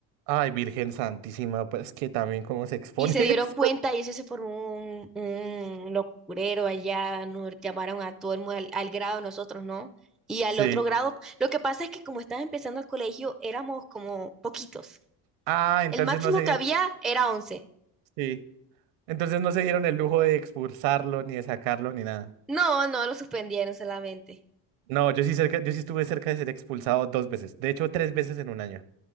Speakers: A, on the right; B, in the centre.
A: Ay, Virgen Santísima, pues que también cómo se expone
B: Y se
A: <laughs> eso.
B: dieron cuenta y eso se formó un, un locurero allá, nos llamaron a todo el mundo al, al grado nosotros, ¿no? Y al
A: Sí.
B: otro grado, lo que pasa es que como estaba empezando el colegio, éramos como poquitos.
A: Ah, entonces
B: El máximo
A: no se
B: que había era once
A: Sí. Entonces no se dieron el lujo de expulsarlo, ni de sacarlo, ni nada.
B: No, no, lo suspendieron solamente.
A: No, yo sí cerca, yo sí estuve cerca de ser expulsado dos veces. De hecho, tres veces en un año.